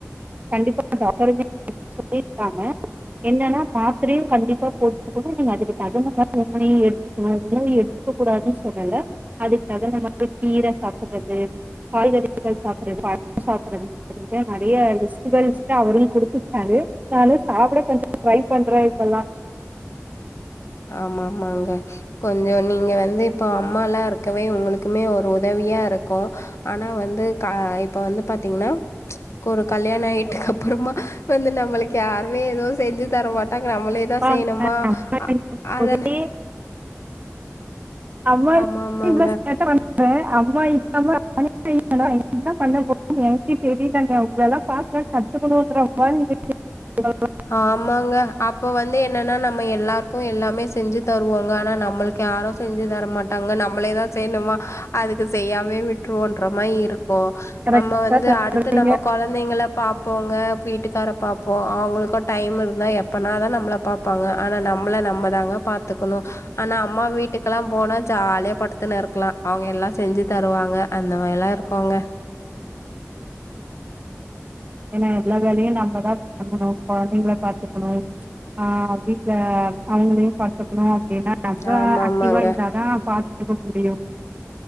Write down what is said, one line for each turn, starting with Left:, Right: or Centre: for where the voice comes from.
Right: கண்டிப்பா டாக்டர்ருமே இதா சொல்லிருக்காங்க என்னன்னா மாத்தரையு கண்டிப்பா போட் டுக்கணு நீங்க அதுக்கு தகுந்த மாரி உணவையு எடுத்துக்கணு உணவையு எடுத்துக்க கூடாதுன்னு சொல்லல அதுக்கு தகுந்த மாரி கீரை சாப்ட்றது காய்கறிகள் சாப்ட்றது பழங்கள் சாப்ட்றது அப்டின்ட்டு நெறையா லிஸ்ட் இந்த லிஸ்ட்ட அவரு குடுத்துவுட்டாரு நானு சாப்ட கொஞ்சோ ட்ரை பண்றே இப்பல்லா
Left: ஆமா ஆமாங்க கொஞ்சோ நீங்க வந்து இப்ப அம்மால்லா இருக்கவே உங்களுக்குமே ஒரு உதவியா இருக்கு ஆனா வந்து கா இப்ப வந்து பாத்தீங்கன்னா ஒரு கல்யாணோ ஆயிட்டுக்கப்பறமா வந்து நம்மளுக்கு யாருமே எதுவு செஞ்சி தரமாட்டாங்க நம்மளே
Right: அப்பா
Left: தா செய்யணுமா
Right: படிக்கும்
Left: அத
Right: போதே அம்மா இருந்தே
Left: ஆமா ஆமாங்க.
Right: இவ்ளோ சேட்ட பண் றாங்க அம்மா இல்லாம நானே என்ன பண்ண போறேன்னு எனக்கே தெரியலங்க உங்களெல்லா பாக் பாத்து கத்துக்கணும் <inaudible>
Left: ஆமாங்க அப்ப வந்து என்னன்னா நம்ம எல்லாருக்கும் எல்லாமே செஞ்சு தருவோங்க ஆனா நம்மளுக் யாரும் செஞ்சு தரமாட்டாங்க நம்மளே தா செய்யணுமா அதுக்கு செய்யாமே விட் டுல்லான்ற மாரி இருக்கும்
Right: கரெக்டா
Left: நம்ம வந்து
Right: சொல்றீங்க
Left: அடுத்து நம்ம கொழந் தைங்கள பாப்போங்க வீட்டுக்கார பாப்போம் அவங்களுக்கும் டைம் இருந்தா எப்பனா தா நம்மள பாப் ப்பாங்க ஆனா நம்மள நம்ம தாங்க பாத்துக்கணும் ஆனா அம்மா வீட்டுக் லாம் போனா ஜாலியா படுத்துன்னு இருக்லா அவங்க எல்லாம் செஞ்சு தருவாங்க அந்த மாரில்லா இருக்கவங்க
Right: ஏன்னா எல்லா வேலையும் நம்ம தா பண்ணணும் கொழந்தைங்கள பாத்துக்கணும் ஆ வீட்ல அவங்களையும் பாத் துக்கணும் அப்டின்னா நம்ம
Left: ஆமாமாங்க.
Right: ஆக்டிவா இருந்தா தா பாத்துக்க முடியும்